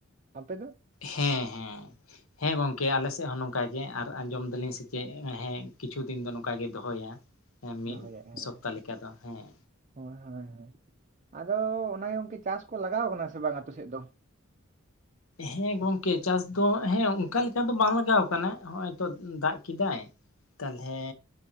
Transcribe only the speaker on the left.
ᱦᱮᱸ ᱦᱮᱸ᱾ ᱦᱮᱸ ᱜᱚᱝᱠᱮ ᱟᱞᱮ ᱥᱮᱫ ᱦᱚᱸ ᱱᱚᱝᱠᱟ ᱜᱮ, ᱟᱨ ᱟᱸᱡᱚᱢ ᱫᱟᱞᱤᱧ ᱥᱮ ᱪᱮᱫ ᱦᱮᱸ ᱠᱤᱪᱷᱩ ᱫᱤᱱ ᱫᱚ ᱱᱚᱝᱠᱟᱜ ᱜᱮ ᱫᱚᱦᱚᱭᱟ᱾ ᱦᱮᱸ ᱢᱤᱫ
ᱥᱚᱯᱛᱟ ᱞᱮᱠᱟ ᱫᱚ ᱦᱮᱸ
ᱦᱮᱸ ᱜᱚᱝᱠᱮ ᱪᱟᱥ ᱫᱚ ᱦᱮᱸ ᱚᱱᱠᱟ ᱞᱮᱠᱟ ᱫᱚ ᱵᱟᱝ ᱞᱟᱜᱟᱣ ᱠᱟᱱᱟ ᱱᱚᱜᱚᱭ ᱛᱚ ᱫᱟᱜ ᱠᱮᱫᱟᱭ ᱛᱟᱞᱚᱦᱮ